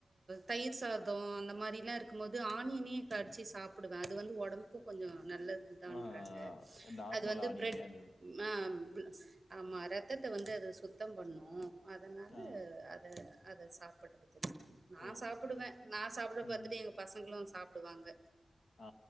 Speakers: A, on the right; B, on the left.
A: தயிர் சாதோ அந்த மாரிலா இருக்கும்போது ஆனியனே கடிச்சு சாப்பிடுவ அது வந்து ஒடம்புக்கு கொஞ்சோ நல்லது தான்றாங்க
B: ஆ நார்மல்
A: அது வந்து
B: ஆனியனே
A: பிரெட்
B: அந்த இது.
A: ம ஆமா ரெத்தத்த வந்து அது சுத் தம் பண்ணு அதனால
B: ஆ.
A: அத அத சாப்பிடு நா
B: ஓ!
A: சாப்பிடுவ நா சாப்பிட
B: ம்.
A: பாத்துட்டு எங்க பசங்களு சாப்டுவாங்க
B: ஆ